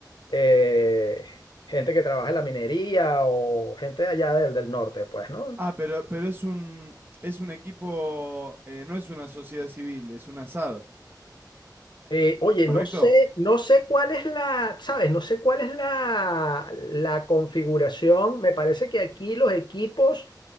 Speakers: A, on the left (about 85°); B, on the right (about 30°).
A: eh, gente que trabaja en la minería o gente de allá del, del norte, pues, ¿no?
B: Ah, pero, pero es un, es un equipo, eh, no es una sociedad civil, es una SAD,
A: Eh, oye,
B: ¿correcto?
A: no sé, no sé cuál es la, ¿sabes? No sé cuál es la, la configuración. Me parece que aquí los equipos